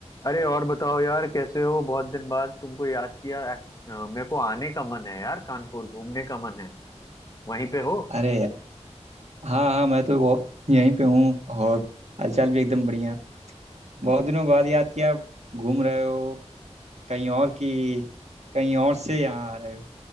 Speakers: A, on the left; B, on the right.
A: अरे और बताओ यार कैसे हो बहुत दिन बाद तुमको याद किया एक- अ, मेरे को आने का मन है यार कानपुर घूमने का मन है वहीं पे हो
B: अरे यार हाँ हाँ मैं तो वो यहीं पे हूँ और हालचाल भी एकदम बढ़िया बहुत दिनों बाद याद किया घूम रहे हो कहीं और की कहीं और से यहाँ आ रहे हो